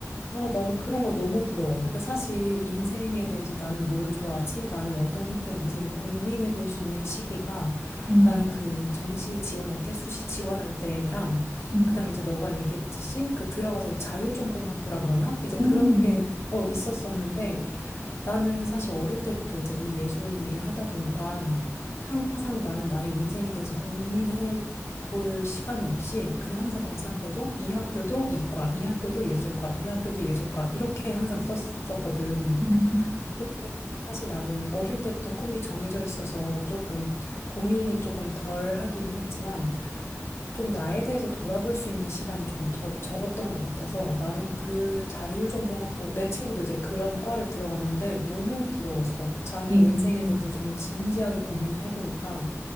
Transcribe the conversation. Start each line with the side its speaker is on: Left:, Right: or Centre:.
Left: 어, 나는 그런 거 너무 부러워. 그러니까 사실 인생에 대해서 나는 뭘 좋아하지? 나는 어떤 성격이지?를 고민해 볼 수 있는 시기가
Right: 음,
Left: 나는 그 정시 지원할 때, 수시 지원할 때랑
Right: 음,
Left: 그다음에 이제 너가 얘기했듯이 그 들어가서 이 자유전공학부라 그러나? 이제
Right: 음,
Left: 그런 게 어, 있었었는데 나는 사실 어릴 때부터 이제 이 예술 일을 하다 보니까 항상 나는 나의 인생에 대해서 고민해 볼 시간이 없이 그냥 항상 고3 때도 이 학교도 이과, 이 학교도 예술과, 이 학교도 예술과 이렇게 항상 썼었거든.
Right: 음,
Left: 그렇게 해서 사실 나는 어릴 때부터 꿈이 정해져 있어서 조금 고민이 조금 덜 하기는 했지만 좀 나에 대해서 돌아볼 수 있는 시간이 조금 저, 적었던 것 같아서 나는 그 자유전공학부 내 친구도 이제 그런 과를 들어갔는데 너무 부러웠어. 자기
Right: 음.
Left: 인생에 대해서 정말 진지하게 고민을 해보니까